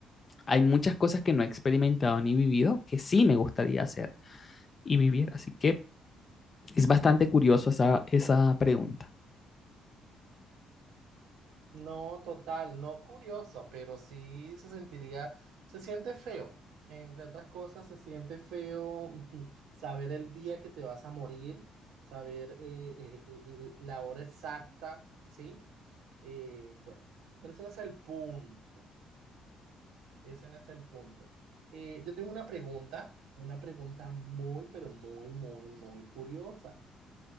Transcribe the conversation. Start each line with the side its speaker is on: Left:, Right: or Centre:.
Left: hay muchas cosas que no he experimentado ni vivido que sí me gustaría hacer y vivir. Así que es bastante curioso esa, esa pregunta.
Right: No, total, no curioso, pero sí se sentiría, se siente feo. Entre otras cosas, se siente feo <laughs> saber el día que te vas a morir, saber eh, eh, eh, l- la hora exacta, ¿sí? Eh, bueno, pero ese no es el punto, ese no es el punto. Eh, yo tengo una pregunta, una pregunta muy, pero muy, muy, muy curiosa.